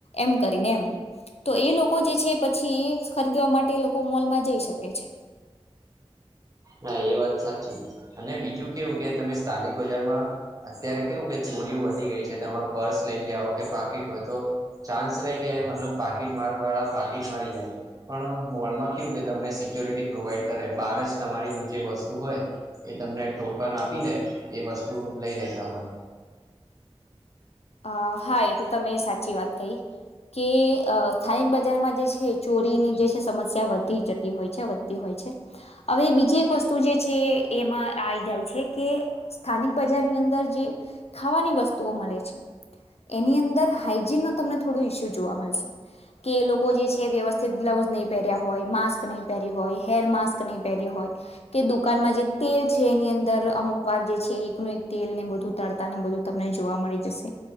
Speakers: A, on the left; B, on the right.
A: એમ કરીને એમ તો એ લોકો જે છે પછી એ ખરીદવા માટે એ લોકો મોલમાં જઈ શકે છે.
B: હા એ વાત સાચી અને બીજું કેવું કે તમે સ્થાનિક બજારમાં અત્યારે કેવું કે ચોરીઓ વધી ગઈ છે તમે પર્સ લઈ ગયા હોવ કે પાકી પાટ હોય તો ચાન્સ રહેે કે મતલબ પાકીટ મારવા વાળા પાકીટ મારી જાય પણ મોલમાં કયુ કે તમને સિક્ય્યોરિટી પ્રોવાઈડ કરે બાર જ તમારી જે વસ્તુ હોય એ તમને ટોકન આપી ને એ વસ્તુ લઈ લેતા હોય.
A: અ હા એ તો તમે સાચી વાત કહી. કે અ સ્થાનિક બજારમાં જે છે એ ચોરીની જે છે સમસ્યા વધી જતી હોય છે વધતી હોય છે. અવે બીજી એક વસ્તુ જે છે એમાં આઈ જાય છે કે સ્થાનિક બજારની અંદર જે ખાવાની વસ્તુઓ મલે છે. એની અંદર હાઈજીનનો તમને થોડો ઈસ્યુ જોવા મલશે. કે એ લોકો જે છે વ્યવસ્થિત ગ્લઉઝ નહીં પહેર્યા હોય, માસ્ક નહીં પહેર્યું હોય, હેર માસ્ક નહીં પહેર્યું હોય. કે દુકાનમાં જે તેલ છે એની અંદર અમુકવાર જે છે એકનું એક તેલને બધું તળતાને બધું તમને જોવા મળી જશે